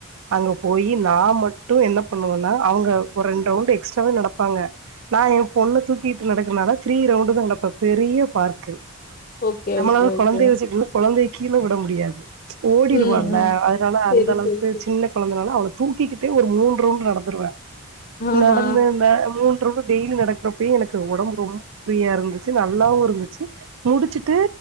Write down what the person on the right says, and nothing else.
அங்க போய் நா மட்டு என்ன பண்ணுவன்னா அவுங்க ஒரு ரெண்டு ரவுண்ட் எக்ஸ்ட்ராவே நடப்பாங்க நா ஏ பொண்ண தூக்கிட்டு நடக்கனால திரீ ரவுண்டுதா நடப்ப பெரிய பார்க்கு
நம்மளால
கொழந்தைய வச்சுட்டு இன்னா கொழந்தைய கீழ விட முடியாது ம் ஓடிருவாங்
நா அதனால
அந்த அளவுக்கு
சின்ன கொழந்தனால அவளுக் தூக்கிக்கிட்டு ஒரு மூணு ரவுண்ட் நடந்துருவே
நடந்த இந்த மூண் ரவுண்டு டெய்லி நடக்கறப்பயே எனக்கு ஒடம்பு ரொம்ப ஃப்ரீயா இருந்துச்சு நல்லாவு இருந்துச்சு முடிச்சுட்டு